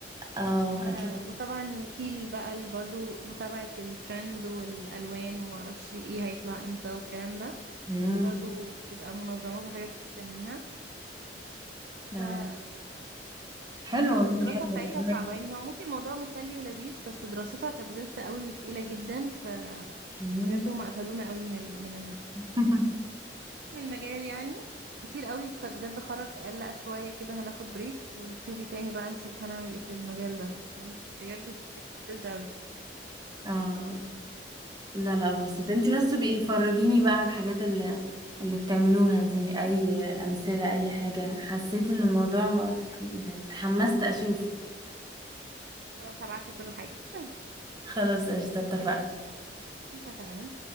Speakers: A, on the right; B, on the right.
A: آه، اكيد
B: ف... وطبعا في ال- بقى ال- برضو متابعة الترند والألوان وما اعرفش ايه هيطلع امتى والكلام ده
A: مم.
B: دي برضو بتبقى منظمات وحاجات بتستنيها
A: آه.
B: فكان
A: حلو
B: الدراسة
A: والله حلو
B: بتاعتها
A: حلو
B: صعبة يعني هو ممكن الموضوع مسلي ولذيذ بس دراستها كانت غلسة قوي وتقيلة جدا ف
A: مم.
B: بجد هما قفلونا قوي من ال... من
A: <laughs>
B: في المجال يعني كتير قوي خ- بجد خرج قال لا شوية كده هناخد بريك ونبتدي تاني بقى نشوف هنعمل ايه في المجال ده لأنه س- بجد س- كان ستريسد أوي
A: اه لا لا بسيطة انت بس بقي فرجيني بقى على الحاجات اللي اللي بتعملوها دي اي امثلة اي حاجة حسيت ان الموضوع ما- يعني اتحمست اشوف
B: خلاص هبعتلي كل حاجة <laughs>
A: خلاص قشطة اتفقنا
B: اتفقنا